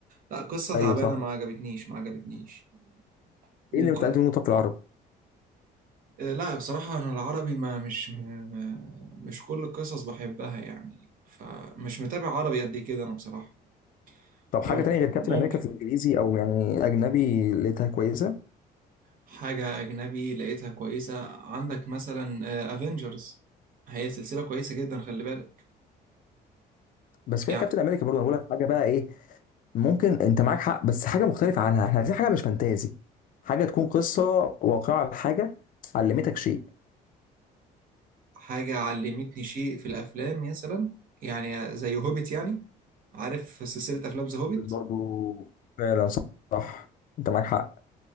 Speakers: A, on the right; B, on the left.
A: لا قصة
B: ايوه
A: تعبانة
B: صح
A: ما عجبتنيش ما عجبتنيش وك...
B: ايه اللي اتعلمت منه طب في العربي
A: آه، لا بصراحة أنا العربي ما مش ما... ما- مش كل القصص بحبها يعني فمش متابع عربي قد كده أنا بصراحة
B: طب
A: فممكن
B: حاجه تانية غير كابتن امريكا في الانجليزي او يعني اجنبي لقيتها كويسه
A: حاجة أجنبي لقيتها كويسة عندك مثلا أفينجرز هي سلسلة كويسة جدا خلي بالك
B: بس فيها
A: يعني
B: كابتن امريكا برضه انا بقول لك حاجه بقى ايه ممكن انت معاك حق بس حاجه مختلفه عنها احنا عايزين حاجه مش فانتازي حاجه تكون قصه واقعه لحاجه علمتك شيء
A: حاجة علمتني شيء في الأفلام مثلا يعني زي هوبيت يعني عارف سلسلة أفلام ذا هوبيت
B: برضه فعلا صح انت معاك حق